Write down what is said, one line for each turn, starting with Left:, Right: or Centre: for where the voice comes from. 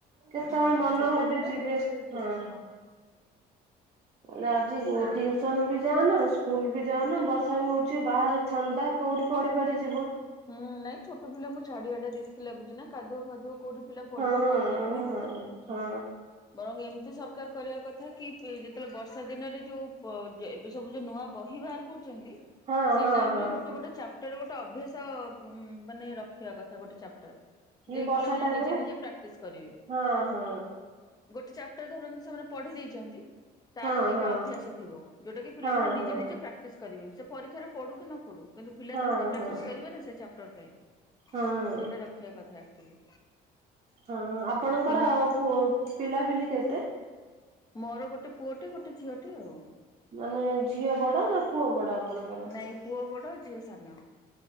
Right: କେତେବେଳେ
Left: ହୁଁ
Right: ମନ
Left: ଛୋଟ
Right: ହେବେ
Left: ପିଲା
Right: ଯିବେ
Left: କେତେ ଯିବେ
Right: ହଁ। ମାନେ ଆଜି ଟିଉସନ ବି ଯାଆନା ସ୍କୁଲ ବି ଯାନ ବର୍ଷା ବି ହଉଛି ବାହାରେ ଥଣ୍ଡା କୋଉଠି ପଡି ପାଡି ଯିବ।
Left: ହୁଁ ନାଇଁ ଛୋଟ ପିଲାଙ୍କୁ ଛାଡିଆ ଟା ରିଷ୍କ୍ ଲାଗୁଛି ନା କାଦୁଅ ଫାଦୁଅ କୋଉଠି ପିଲା ପଢିବେ
Right: ହଁ
Left: କଣ କରିବେ
Right: ହଁ ହଁ
Left: ବରଂ ଏମିତି ସରକାର କରିବା କଥା କଥା କି ଯେତେବେଳେ ବର୍ଷା ଦିନରେ ଯୋଉ ଏବେ ସବୁ ଯୋଉ ନୂଆ ବହି ବାହାର କରୁଛନ୍ତି
Right: ହଁ
Left: ସେଇ
Right: ହଁ
Left: ଟାଇମରେ
Right: ହଁ
Left: ଗୋଟେ ଗୋଟେ ଚାପ୍ଟର ଗୋଟେ ଅଭ୍ୟାସ ମାନେ ରଖିବା କଥା ଗୋଟେ ଚାପ୍ଟର। ଯେଇ
Right: ଏ ବର୍ଷା
Left: ପିଲାମାନେ
Right: ଟାଇମ
Left: ନିଜେ
Right: ରେ
Left: ନିଜେ ପ୍ରାକ୍ଟିସ କରିବେ।
Right: ହଁ ହଁ
Left: ଗୋଟେ ଚାପ୍ଟର ଧରନ୍ତୁ ସେମାନେ ପଢି ଦେଇଛନ୍ତି। ତାର
Right: ହଁ
Left: ଦିଟା
Right: ହଁ
Left: ଅଭ୍ୟାସ ଥିବ ଯୋଉଟା କି ପିଲାମାନେ
Right: ହଁ
Left: ନିଜେ
Right: ହଁ
Left: ନିଜେ ପ୍ରାକ୍ଟିସ କରିବେ ସେ ପରୀକ୍ଷାରେ ପଡୁ କି ନ ପଡୁ। କିନ୍ତୁ ପିଲା
Right: ହଁ
Left: ତ ନିଜେ ପ୍ରାକ୍ଟିସ୍
Right: ହଁ
Left: କରିବ ନା ସେ ଚାପ୍ଟର ପାଇଁ
Right: ହଁ
Left: ସେଗୁଡା ରଖିବା କଥା ଆକ୍ଚୁଆଲି।
Right: ହଁ ଆପଣଙ୍କର
Left: କି ନା
Right: ପୁଅ ପିଲାପିଲି କେତେ?
Left: ମୋର ଗୋଟେ ପୁଅଟେ ଗୋଟେ ଝିଅଟେ ଆଉ
Right: ମାନେ ଝିଅ ବଡ ନା ପୁଅ ବଡ ଆପଣଙ୍କର?
Left: ନାଇଁ ପୁଅ ବଡ଼ ଝିଅ ସାନ?